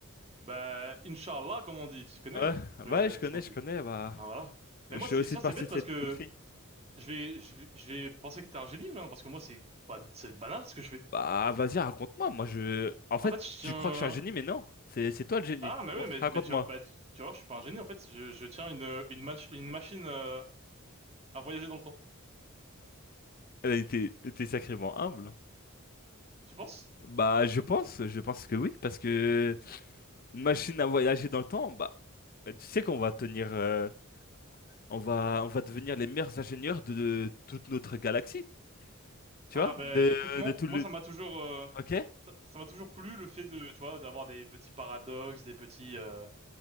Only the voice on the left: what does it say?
Ouais,
ouais, je connais,
je connais. Bah,
je
fais
aussi
partie
de
cette
country.
Bah, vas-y, raconte-moi. Moi, je. En fait,
tu
crois que je suis un génie, mais non. C'est c'est toi le génie.
Montre,
raconte-moi.
Euh, T'es t'es sacrément humble.
Bah, je pense, je pense que oui, parce que une machine à voyager dans le temps, bah, tu sais qu'on va tenir, euh, on va, on va devenir les meilleurs ingénieurs de, de toute notre galaxie, tu
vois,
de,
de tout
le.
Ok?